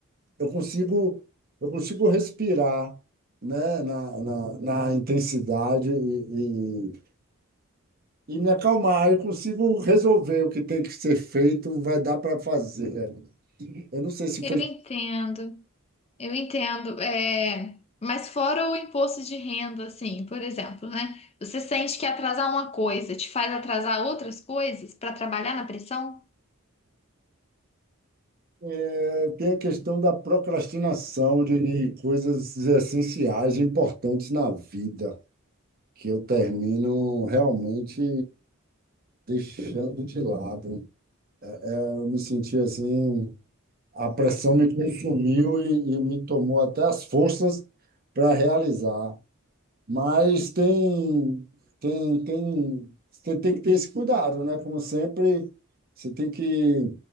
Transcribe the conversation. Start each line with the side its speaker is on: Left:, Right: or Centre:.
Right: eu consigo, eu consigo respirar, né, na, na, na intensidade e, e, e me acalmar. Eu consigo resolver o que tem que ser feito, vai dar para fazer. Eu não sei se
Left: Eu
Right: foi.
Left: entendo. Eu entendo, é, mas fora o imposto de renda, assim, por exemplo, né? Você sente que atrasar uma coisa te faz atrasar outras coisas para trabalhar na pressão?
Right: é, tem a questão da procrastinação de, de coisas essenciais, importantes na vida, que eu termino realmente deixando de lado. Eu me senti assim, a pressão me consumiu e, e me tomou até as forças para realizar. Mas tem, tem, tem, você tem que ter esse cuidado, né? Como sempre, você tem que